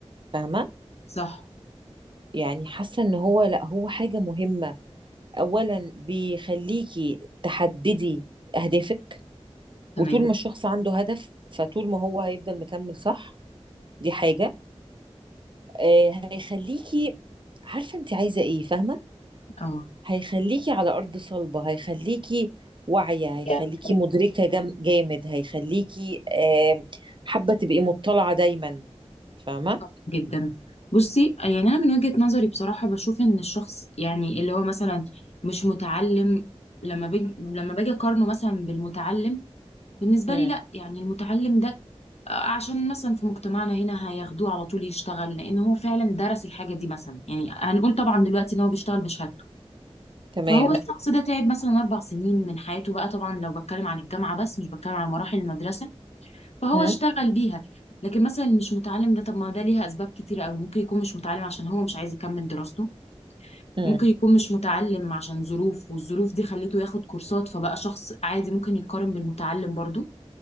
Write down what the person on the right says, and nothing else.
فاهمة؟
يعني حاسة إن هو لأ هو حاجة مهمة أولا بيخليكي تحددي أهدافك
وطول ما الشخص عنده هدف فطول ما هو هيفضل مكمل صح دي حاجة آه، هيخليكي عارفة انت عايزة ايه فاهمة
هيخليكي على أرض صلبة هيخليكي واعية هيخليكي
مدركة جام- جامد هيخليكي آه، حابة تبقي مطلعة دايما فاهمة
مم.
تمام
مم.
مم.